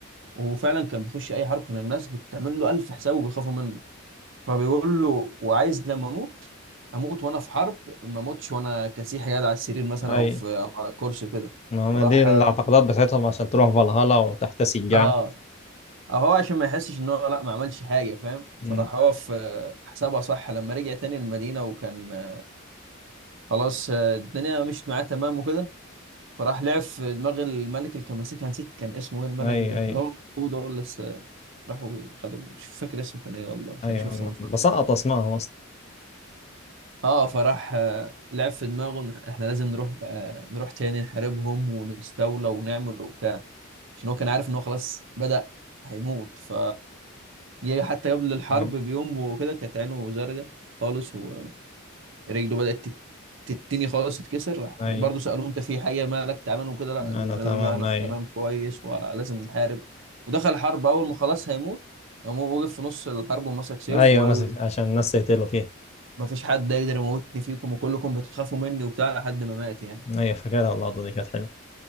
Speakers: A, on the right; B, on the left.
A: وفعلا كان بيخش اي حرب كان الناس بتعمل له الف حساب وبيخافوا منه فبيقول له وعايز لما اموت اموت وانا في حرب ما اموتش وانا كسيح قاعد على السرير مثلا
B: اي
A: او في او على كرسي كده
B: ما هم
A: وراح
B: دي الاعتقادات بتاعتهم عشان تروح فالهالا وتحتسي الجعة
A: اه او هو عشان ما يحسش ان هو لا ما عملش حاجه فاهم
B: أمم،
A: فراح هو في حسابها صح لما رجع تاني المدينه وكان آه، خلاص آه، الدنيا مشيت معاه تمام وكده فراح لعب في دماغ الملك اللي كان ماسكها نسيت كان اسمه ايه الملك
B: اي
A: ده
B: اي
A: اللي هو المفروض هو اللي لسه راحوا خدوا مش فاكر اسمه كان ايه والله عشان
B: اي
A: شفته
B: أنا
A: من فتره
B: بسقط اسمائهم اصلا
A: اه فراح آه، لعب في دماغه إن احنا لازم نروح آه، نروح تاني نحاربهم ونستولى ونعمل وبتاع عشان هو كان عارف ان هو خلاص بدأ هيموت ف جه حتى قبل الحرب
B: اي
A: بيوم وكده كانت عينه زرقاء خالص ورجله بدأت تت- تتني خالص تتكسر راح
B: اي
A: برضه سألوه انت في حاجة مالك تعبان وكده لا
B: انا
A: قال
B: تمام
A: لهم لا انا
B: اي
A: تمام كويس ولازم نحارب ودخل الحرب اول ما خلاص هيموت قام هو وقف في نص الحرب ومسك سيف
B: ايوه
A: وقال
B: مسك عشان الناس تقتلوا فيها
A: ما فيش حد يقدر يموتني فيكم وكلكم بتخافوا مني وبتاع لحد ما مات يعني
B: ايوه فاكرها اللقطة دي كانت حلوة